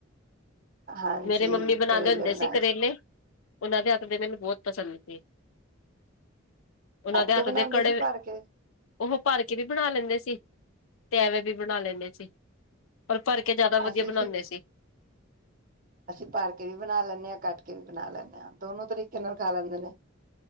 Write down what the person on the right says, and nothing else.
ਹਾਂਜੀ
ਕਰੇਲੇ
ਬਣਾ
ਕੱਟ
ਕੇ ਬਣਾਉਂਦੇ
ਸੀ ਭਰ ਕੇ
ਅਸੀਂ
ਫਿਰ
ਅਸੀਂ ਭਰ ਕੇ ਵੀ ਬਣਾ ਲੈਣੇ ਆ, ਕੱਟ ਕੇ ਵੀ ਬਣਾ ਲੈਨੇ ਆ, ਦੋਨੋ ਤਰੀਕੇ ਨਾਲ ਖਾ ਲੈਂਦੇ ਨੇ।